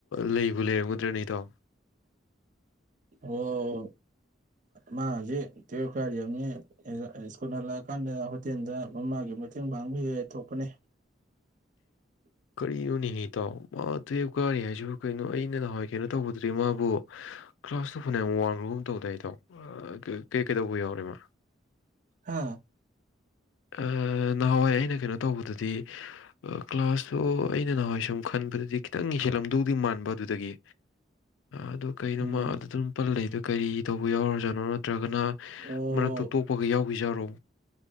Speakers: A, on the left (about 85°); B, on the right (about 40°).
A: ꯂꯩꯕꯨ ꯂꯩꯔꯝꯒꯗ꯭ꯔꯅꯦ ꯏꯇꯥꯎ
B: ꯑꯣ ꯃꯥ ꯍꯧꯖꯤꯛ ꯇ꯭ꯋꯦꯞ ꯀꯥꯔꯤ ꯍꯥꯏꯕꯅꯤ <unintelligible> ꯁ꯭ꯀꯨꯜ ꯍꯜꯂꯛꯑꯀꯥꯟꯗ ꯍꯣꯇꯦꯟꯗ ꯃꯃꯥꯒꯤ ꯃꯇꯦꯡ ꯄꯥꯡꯕ ꯍꯦꯛ ꯍꯦꯛ ꯊꯣꯛꯄꯅꯤ
A: ꯀꯩꯅꯣꯅꯦꯍꯦ ꯏꯇꯥꯎ ꯃꯥ ꯇ꯭ꯋꯨꯞ ꯀꯥꯔꯤ ꯍꯥꯏꯁꯤꯕꯨ ꯀꯩꯅꯣ ꯑꯩꯅ ꯅꯍꯥꯋꯥꯏ ꯀꯩꯅꯣ ꯇꯧꯕꯗꯗꯤ ꯃꯥꯕꯨ ꯀ꯭ꯂꯥꯁ ꯇꯨ ꯐꯅꯌꯥꯝ ꯋꯥꯡꯕꯒꯨꯝ ꯇꯧꯗꯥꯏ ꯏꯇꯥꯎ ꯑ ꯀꯩ ꯀꯩꯗꯧꯕ ꯌꯥꯎꯔꯦ ꯃꯥ
B: ꯍꯥ
A: ꯑꯥ ꯅꯍꯥꯋꯥꯏ ꯑꯩꯅ ꯀꯩꯅꯣ ꯇꯧꯕꯗꯗꯤ ꯀ꯭ꯂꯥꯁ ꯇꯨ ꯑꯩꯅ ꯅꯍꯥꯋꯥꯏ ꯁꯨꯝ ꯈꯟꯕꯗꯗꯤ ꯈꯤꯇꯪꯗꯤ ꯍꯦꯜꯂꯝꯗꯧꯗꯤ ꯃꯥꯡꯕ ꯑꯗꯨꯗꯒꯤ ꯑꯗꯨ ꯀꯩꯅꯣ
B: ꯎꯝ
A: ꯃꯥ ꯑꯗꯨꯗ ꯑꯗꯨꯝ ꯄꯜ ꯂꯩꯗꯣ ꯀꯔꯤ ꯇꯧꯕ ꯌꯥꯎꯔꯖꯥ <unintelligible> ꯅꯠꯇ꯭ꯔꯒꯅ
B: ꯑꯣ
A: ꯃꯔꯛꯇ ꯇꯣꯛꯄꯒ ꯌꯥꯎ ꯑꯣꯏꯖꯥꯔꯣ